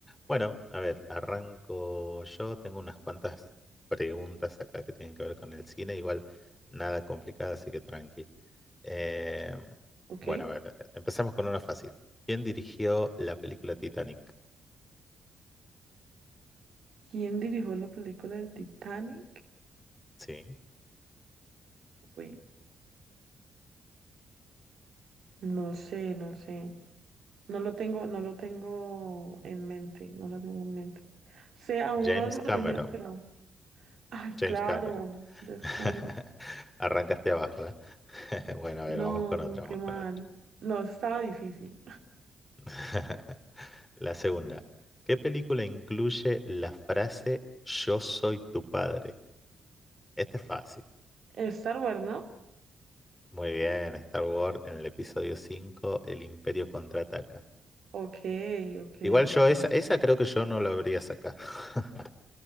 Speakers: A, on the left (about 15°); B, on the right (about 60°).
A: Bueno, a ver, arranco yo. Tengo unas cuantas preguntas acá que tienen que ver con el cine, igual nada complicada, así que tranqui. Eh,
B: ¿Ok?
A: bueno, a ver, empezamos con una fácil. ¿Quién dirigió la película Titanic?
B: ¿Quién dirigió la película del Titanic?
A: Sí.
B: Uy, no sé, no sé. No lo tengo, no lo tengo en mente, no lo tengo en mente. Sé, alguna
A: James
B: vez me
A: Cameron.
B: lo dijeron, pero, ay, claro,
A: James Cameron.
B: ya es
A: <laughs>
B: que-
A: Arrancaste abajo, ¿eh? <laughs> Bueno, a
B: No,
A: ver, vamos con otra,
B: qué
A: vamos
B: mal.
A: con otra.
B: No, eso estaba difícil. <laughs>
A: <laughs> La segunda. ¿Qué película incluye la frase Yo soy tu padre? Este es fácil.
B: Star Wars, ¿no?
A: Muy bien, Star Wars en el episodio 5, El Imperio contraataca.
B: Ok, ok,
A: Igual yo
B: sí.
A: esa, esa creo que yo no la habría sacado. <laughs>